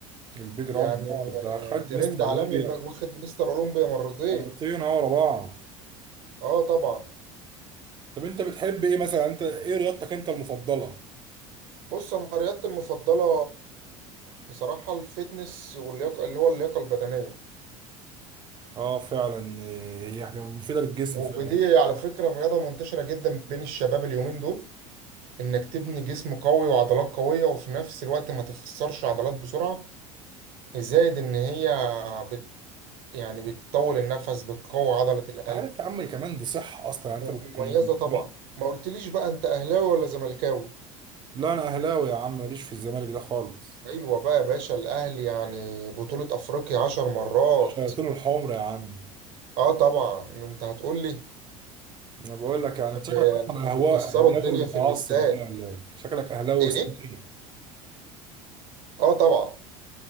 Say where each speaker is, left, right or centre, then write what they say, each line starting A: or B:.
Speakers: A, on the right; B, on the right.
A: البيج راوند
B: يعني
A: آه، ده
B: آه،
A: خد
B: ترند
A: مستر
B: عالمي
A: اولمبيا
B: م- واخد مستر أولمبيا مرتين
A: مرتين اه ورا بعض
B: اه طبعا
A: طب انت بتحب ايه مثلا انت ايه رياضتك انت المفضله
B: بص انا رياضتي المفضلة بصراحة الفتنس واللياقة اللي هو اللياقة البدنية
A: اه فعلا آه، هي حاجه مفيده للجسم
B: ودي
A: فعلا
B: على فكرة الرياضة منتشرة جدا بين الشباب اليومين دول انك تبني جسم قوي وعضلات قوية وفي نفس الوقت ما تخسرش عضلات بسرعة زائد ان هي بت يعني بتطول النفس بتقوي عضلة القلب
A: انت عارف يا عم كمان دي صحه اصلا يعني
B: م-
A: انت بتكون
B: مميزة طبعا ما قلتليش بقى انت اهلاوي ولا زملكاوي
A: لا انا اهلاوي يا عم ماليش في الزمالك ده خالص
B: ايوه بقى يا باشا الاهلي يعني بطولة افريقيا عشر مرات
A: الشياطين الحمر يا عم
B: اه طبعا انت هتقولي
A: انا بقول لك يعني
B: طب
A: انت شكلك اصلا
B: انتوا
A: اهواء
B: بتكسروا
A: اهلاوي
B: الدنيا
A: متعصب
B: في الاستاد
A: بقى ولا ايه شكلك اهلاوي
B: ايه
A: سنين
B: اه طبعا